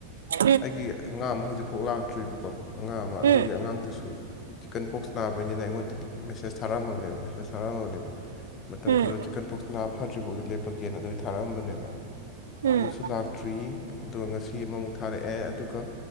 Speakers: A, on the right; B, on the left.
A: ꯎꯝ
B: ꯑꯩꯒꯤ ꯑꯉꯥꯡ ꯑꯃ ꯍꯧꯖꯤꯛꯐꯥꯎ ꯂꯥꯛꯇ꯭ꯔꯤꯕꯀꯣ ꯑꯉꯥꯡ ꯑꯃ ꯑꯗꯨꯒꯤ
A: ꯎꯝ
B: ꯑꯉꯥꯡꯗꯨꯁꯨ ꯆꯤꯀꯟ ꯄꯣꯛꯁ ꯅꯥꯕꯩꯅꯤꯅꯦ ꯑꯩꯉꯣꯟ ꯃꯦꯁꯦꯁ ꯊꯥꯔꯛꯝꯃꯕꯅꯦꯕ ꯃꯦꯁꯦꯖ ꯊꯥꯔꯛꯝꯃꯕꯅꯦꯕ ꯃꯇꯝ
A: ꯎꯝ
B: ꯈꯔ ꯆꯤꯛꯀꯟ ꯄꯣꯛꯁ ꯅꯥ ꯐꯗ꯭ꯔꯤꯐꯥꯎꯗꯤ ꯂꯦꯞꯄꯒꯦ ꯇꯤꯀꯦꯟ ꯑꯗꯨꯒꯤ ꯊꯥꯔꯛꯑꯝꯕꯅꯦꯕ
A: ꯎꯝ ꯎꯝ
B: ꯑꯗꯨꯁꯨ ꯂꯥꯛꯇ꯭ꯔꯤ ꯑꯗꯨꯒ ꯉꯁꯤ ꯒꯤ ꯑꯃꯃꯨꯛ ꯊꯥꯔꯛꯑꯦ ꯑꯗꯨꯒ